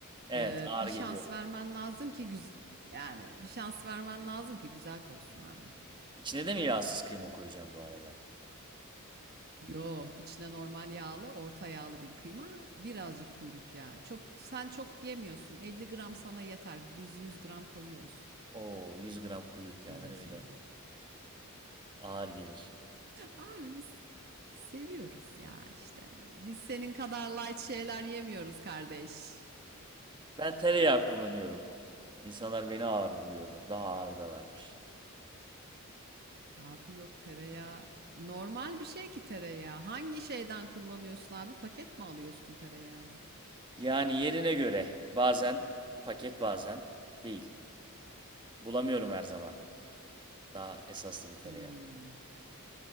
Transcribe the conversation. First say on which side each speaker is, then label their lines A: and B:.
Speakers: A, on the right; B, on the right.
A: Evet,
B: e,
A: ağır
B: bir
A: geliyor.
B: şans vermen lazım ki güz yani bir şans vermen lazım ki güzel koksun abi.
A: İçine de mi yağsız kıyma koyacağım bu arada?
B: Yo, içine normal yağlı, orta yağlı bir kıyma, birazcık kuyruk yağı. Çok sen çok yemiyorsun. 50 gram sana yeter. Biz 100 gram koyuyoruz.
A: Oo, 100 gram kuyruk yani
B: Öyle
A: öyle.
B: söyleyeyim.
A: Ağır gelir.
B: Abi biz seviyoruz ya işte. Biz senin kadar light şeyler yemiyoruz kardeş.
A: Ben tereyağı kullanıyorum. İnsanlar beni ağır buluyordu. Daha ağır da varmış.
B: Ya abi yok tereyağı. Normal bir şey ki tereyağı. Hangi şeyden kullanıyorsun abi? Paket mi alıyorsun tereyağını?
A: Yani yerine göre bazen paket bazen değil. Bulamıyorum her zaman. Daha esaslı bir tereyağı.
B: Hmm.